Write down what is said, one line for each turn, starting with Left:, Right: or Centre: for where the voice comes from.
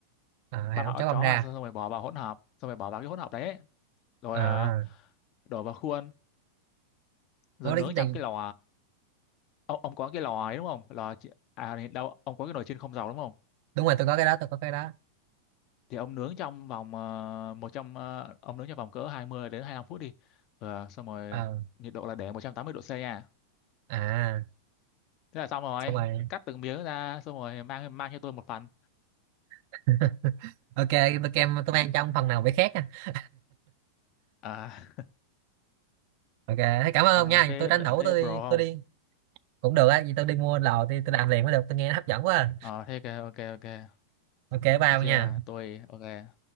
Right: à, hai
Left: bà
Right: ông
Left: bảo
Right: cháu
Left: ớt
Right: băm
Left: chó
Right: ra
Left: vào xong, xong rồi bỏ vào hỗn hợp xong rồi bỏ vào cái hỗn hợp đấy rồi
Right: à
Left: ờ, đổ vào khuôn rồi
Right: đó
Left: nướng
Right: đấy
Left: trong
Right: cái gì
Left: cái lò ông, ông có cái lò ấy đúng không lò chi- à đâu ông có cái nồi chiên không dầu đúng không
Right: đúng rồi tôi có cái đó tôi có cái đó
Left: thì ông nướng trong vòng ờ, một trăm ờ, ông nướng trong vòng cỡ 20 đến hai lăm phút đi Ờ, xong rồi
Right: ờ
Left: nhiệt độ là để 180 độ C nha
Right: à
Left: thế là xong rồi
Right: xong rồi
Left: cắt từng miếng ra xong rồi mang mang cho tôi một phần
Right: <laughs> ok bữa kem tôi mang trong phần nào phải khác nha
Left: à
Right: ok thế cảm ơn
Left: sao
Right: ông nha
Left: thế
Right: tôi tranh thủ
Left: thế
Right: tôi
Left: bro
Right: đi tôi
Left: không
Right: đi cũng được á vì tôi đi mua lò thì tôi làm liền mới được tôi nghe nó hấp dẫn quá à.
Left: ờ thế ok ok ok
Right: ok bye
Left: thế
Right: ông
Left: chưa
Right: nha
Left: tôi ok